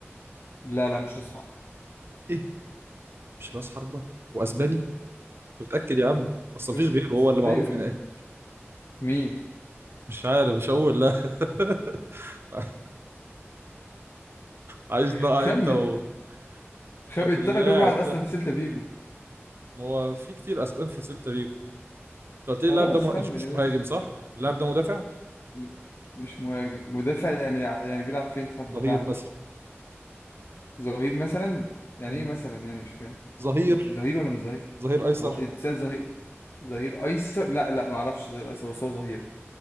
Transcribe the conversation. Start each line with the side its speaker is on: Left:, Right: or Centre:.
Left: لا لا مش تصحى
Right: ايه مش راس حربة واسباني انت متأكد يا عم اصل
Left: شفت
Right: مفيش غيره هو اللي
Left: ايوه
Right: معروف هناك
Left: مين
Right: مش عارف مش هقول لا <laughs> عايز
Left: <laughs>
Right: نقع
Left: خمن
Right: انت و...
Left: خ...
Right: طب
Left: الترجي
Right: اللاعب
Left: بيلعب اصلا
Right: ده
Left: في سيلتا فيجو
Right: ما هو في كتير اسبان في سيلتا فيجو انت قلت لي
Left: خلاص
Right: اللاعب ده مه...
Left: خمن
Right: مش مش
Left: يا باشا
Right: مهاجم صح اللاعب ده مدافع
Left: م- مش مهاجم مدافع يعني يعني بيلعب فين في خط الدفاع
Right: ظهير مثلا
Left: ظهير مثلا يعني
Right: مم.
Left: ايه مثلا يعني مش فاهم
Right: ظهير
Left: يعني ظهير ولا مش ظهير
Right: ظهير ايسر
Left: هو اتسال ظهير ظهير ايسر لا لا ما اعرفش ظهير ايسر بس هو ظهير